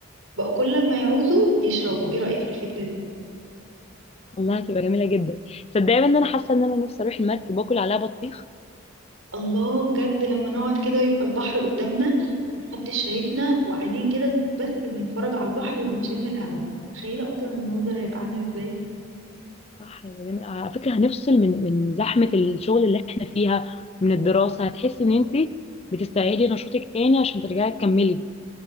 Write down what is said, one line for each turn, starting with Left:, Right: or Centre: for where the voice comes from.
Right: بقوا كل ما يعوزوا يشربوا ايه رأيك في الفكرة دي
Left: والله هتبقى جميله جدا صدقني ان انا حاسه ان انا نفسي اروح المركب واكل عليها بطيخ
Right: الله بجد لما نقعد كده ويبقى البحر قدامنا ومحدش شايفنا وقاعدين كده بس بنتفرج على البحر وبنشم الهواء تخيلة اصلا المنظر هيبقى عامل ازاي
Left: صح يبقى جميل آه، على فكرة هنفصل من من زحمة الشغل اللي احنا فيها ومن الدراسة هتحسي ان انت بتستعيدي نشاطك تاني عشان ترجعي تكملي